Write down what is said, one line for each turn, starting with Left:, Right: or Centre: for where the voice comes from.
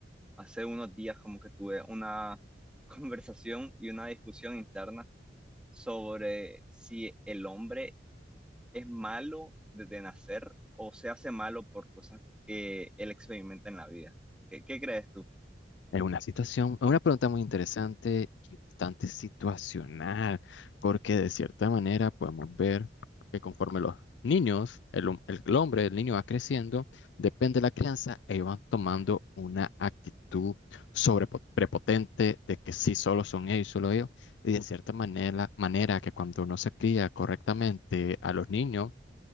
Centre: hace unos días como que tuve una <laughs> conversación y una discusión interna sobre si el hombre es malo desde nacer o se hace malo por cosas que él experimenta en la vida. ¿Qué, qué crees tú?
Left: Es una situación, es una pregunta muy interesante y bastante situacional, porque de cierta manera podemos ver que conforme los niños, el, hom- el hombre, el niño va creciendo, depende de la crianza, ellos van tomando una actitud sobre prepotente de que sí, solo son ellos, solo ellos, y de cierta manera, manera que cuando no se cría correctamente a los niños,